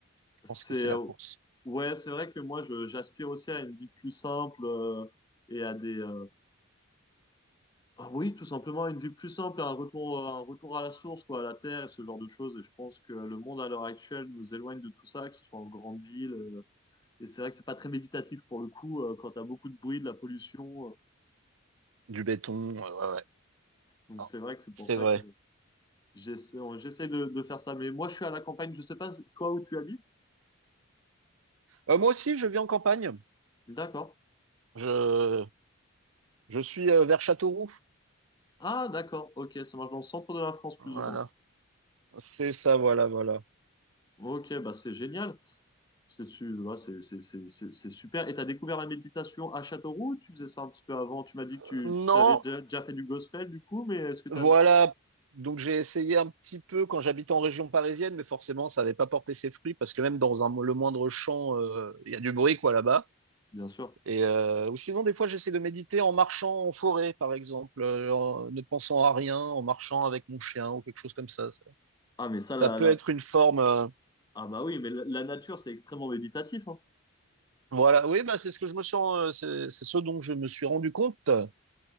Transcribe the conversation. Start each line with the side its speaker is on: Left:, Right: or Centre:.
Right: je
Left: C'est
Right: pense que c'est
Left: euh,
Right: la course.
Left: ouais, c'est vrai que moi je j'aspire aussi à une vie plus simple euh, et à des euh, ah oui, tout simplement une vie plus simple, à un retour à un retour à la source quoi, à la terre et ce genre de choses. Et je pense que le monde à l'heure actuelle nous éloigne de tout ça, que ce soit en grande ville. euh, et c'est vrai que c'est pas très méditatif pour le coup euh, quand t'as beaucoup de bruit, de la pollution. euh.
Right: Du béton, euh, ouais, ouais.
Left: donc
Right: Ah,
Left: c'est vrai que c'est
Right: C'est
Left: pour ça
Right: vrai.
Left: que j'essaie j'essaie de, de faire ça. Mais moi je suis à la campagne, je sais pas toi où tu habites.
Right: Euh, moi aussi, je vis en campagne.
Left: D'accord.
Right: Je, je suis euh, vers Châteauroux.
Left: Ah d'accord. Ok, ça marche dans le centre de la France plus
Right: Voilà.
Left: ou moins.
Right: C'est ça, voilà, voilà.
Left: Ok, bah c'est génial. C'est su- ouais, c'est c'est- c'est- c'est- c'est super. Et tu as découvert la méditation à Châteauroux? Tu faisais ça un petit peu avant. Tu m'as dit
Right: Euh,
Left: que tu
Right: Non,
Left: tu t'avais déjà, déjà fait du gospel du coup, mais est-ce que
Right: voilà.
Left: tu as...
Right: Donc j'ai essayé un petit peu quand j'habitais en région parisienne, mais forcément ça n'avait pas porté ses fruits parce que même dans un, le moindre champ, euh, il y a du bruit quoi là-bas.
Left: Bien sûr.
Right: Et euh, ou sinon des fois j'essaie de méditer en marchant en forêt par exemple, euh, en ne pensant à rien, en marchant avec mon chien ou quelque chose comme ça. Ça,
Left: Ah, mais ça,
Right: ça
Left: la,
Right: peut
Left: la-
Right: être une forme. euh,
Left: Ah bah oui, mais la, la nature, c'est extrêmement méditatif, hein.
Right: voilà, oui, bah c'est ce que je me suis, en- euh, c'est c'est ce dont je me suis rendu compte. Euh,